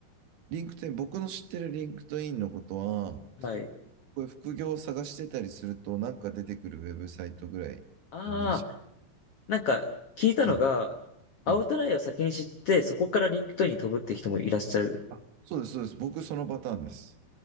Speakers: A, on the right; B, on the left.
A: リンクトイン、僕の知ってるリンクトインのことは、
B: はい。
A: こういう副業を探してたりすると、なんか出てくるウェブサイトぐらいの認識。
B: ああ、なんか、聞いたのが、
A: はい、
B: アウトラインを先に知って、
A: はい。
B: そこからリンクトインに飛ぶって人もいらっしゃる。
A: あ、そうです、そうです。僕、そのパターンです。